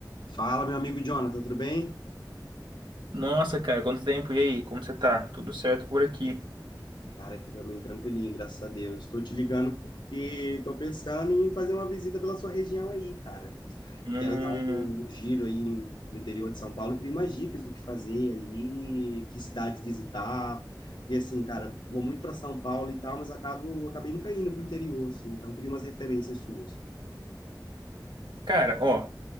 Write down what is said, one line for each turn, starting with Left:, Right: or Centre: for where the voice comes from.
Left: Fala, meu amigo Jonathan, tudo bem?
Right: Nossa, cara, quanto tempo? E aí, como você tá? Tudo certo por aqui?
Left: Cara, aqui também tranquilinho, graças a Deus. Estou te ligando porque estou pensando em fazer uma visita pela sua região aí, cara.
Right: Hum,
Left: Quero dar um, um giro aí no interior de São Paulo, queria umas dicas do que fazer aí, que cidades visitar, porque assim, cara, vou muito para São Paulo e tal, mas acabo, acabei nunca indo pro interior, assim, então queria umas referências suas.
Right: cara, ó,